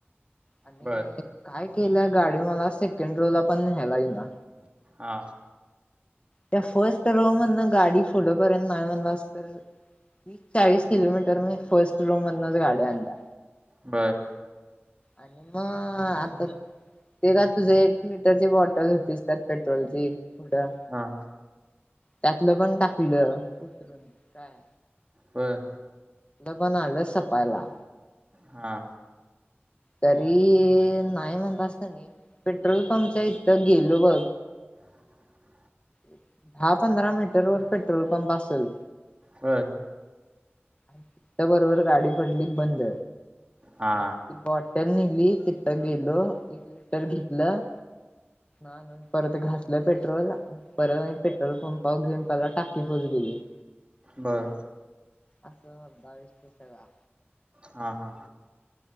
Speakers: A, on the left; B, on the right.
A: आणि
B: बर
A: काय केल्या गाडी मला सेकंड रो ला पण न्यायला इना
B: हा
A: त्या फर्स्ट रो म्हण ना गाडी पुढपर्यंत नाही म्हणलास तरी चाळीस किलोमीटर मी फर्स्ट रो मधनच गाड्या आणल्या
B: बरं
A: आणि म ते का तुझ एक लिटरची बॉटल होतीस त्या पेट्रोलची डं
B: हा
A: त्यातलं पण टाकलं उतरून काय
B: बर
A: पण आलंच सपायला.
B: हा
A: तरी नाही म्हणत अस का नाही पेट्रोल पंपच्या इथथं गेलो बघ
B: हा हा
A: दहा पंधरा मीटर वर पेट्रोल पंप असेल.
B: ह
A: च्या बरोबर गाडी पडली बंद.
B: हा
A: मग ती बॉटल नेली तिथं गेलो एक लिटर घेतलं. आणून परत घासलं पेट्रोल परत पेट्रोल पंपावर घेऊन त्याला टाकी फुल केली.
B: बर
A: असं होत विषय सगळा
B: हा, हा